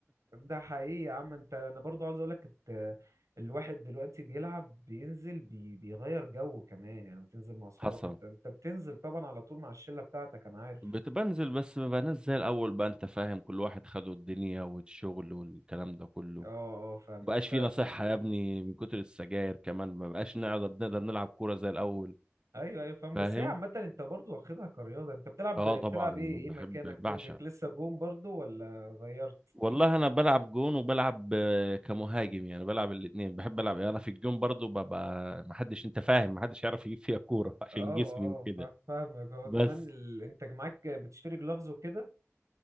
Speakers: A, on the right; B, on the right.
A: ده حقيقي يا عم انت انا برضو عاوز اقولك الت- الواحد دلوقتي بيلعب بينزل بي بيغير جو كمان يعني بتنزل مع اصحابك
B: حصل
A: انت انت بتنزل طبعا على طول مع الشلة بتاعتك انا عارف
B: بتبنزل بس ما بقناش زي الاول بقى انت فاهم كل واحد خده الدنيا والشغل والكلام ده كله
A: اه اه فاهمك
B: مبقاش
A: انت
B: فينا صحة يا ابني من كتر السجاير كمان ما بقاش نقدر نقدر نلعب كورة زي الاول
A: ايوه ايوه فاهمك
B: فاهم
A: بس هي عامة انت برضو واخدها كرياضة انت بتلعب
B: اه
A: بتلعب
B: طبعا
A: ايه
B: بحب
A: ايه مكانك
B: بعشق
A: وينجك لسه جون برضو ولا غيرت
B: والله انا بلعب جون وبلعب آه، كمهاجم يعني بلعب الاثنين بحب العب يعني انا في الجون برضو ببقى ما حدش انت فاهم ما حدش يعرف يجيب فيها كورة <laughs> عشان
A: اه
B: جسمي
A: اه
B: وكده
A: فا- فاهمك هو
B: بس
A: كمان ال... انت معاك بتشتري جلافز وكده